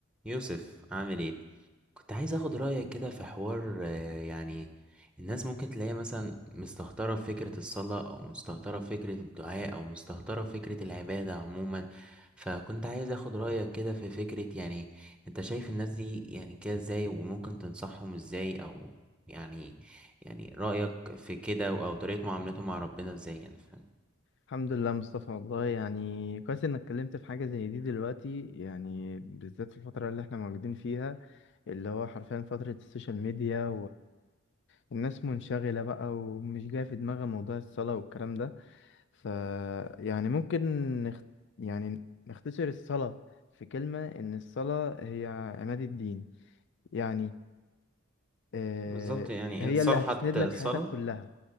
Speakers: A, in the centre; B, on the left.
A: يوسف عامل ايه كنت عايز اخد رايك كده في حوار آه، يعني الناس ممكن تلاقيها مثلا مستهترة في فكرة الصلاة او مستهترة في فكرة الدعاء او مستهترة في فكرة العبادة عموما فكنت عايز اخد رايك كده في فكرة يعني انت شايف الناس دي يعني كده ازاي وممكن تنصحهم ازاي او يعني يعني رايك في كده او طريقة معاملتهم مع ربنا ازاي يعني فاهم
B: الحمد لله مصطفى والله يعني كويس انك اتكلمت في حاجة زي دي دلوقتي يعني بالذات في الفترة اللي احنا موجودين فيها اللي هو حرفيا فترة السوشيال ميديا والناس منشغلة بقى ومش جاية في دماغها موضوع الصلاة والكلام ده ف يعني ممكن نخ... يعني نختصر الصلاة في كلمة ان الصلاة هي عماد الدين يعني آه،
A: بالظبط يعني
B: هي
A: إن صلحت
B: اللي هتسند لك
A: الصلاة
B: حياتك كلها